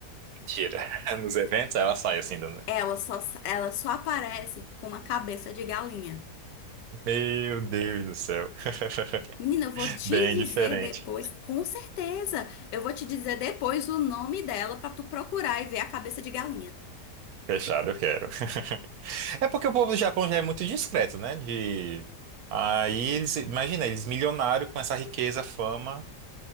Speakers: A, on the right; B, on the left.
A: Tira. <laughs> Nos eventos, aí ela sai assim. Do...
B: Ela só, ela só aparece com uma cabeça de galinha.
A: Meu Deus do céu. <laughs>
B: Menina, eu vou te
A: Bem
B: dizer
A: diferente.
B: depois, com certeza. Eu vou te dizer depois o nome dela pra tu procurar e ver a cabeça de galinha.
A: Fechado, eu quero. <laughs> É porque o povo do Japão já é muito discreto, né? De... Aí eles, imagina, eles milionários com essa riqueza, fama.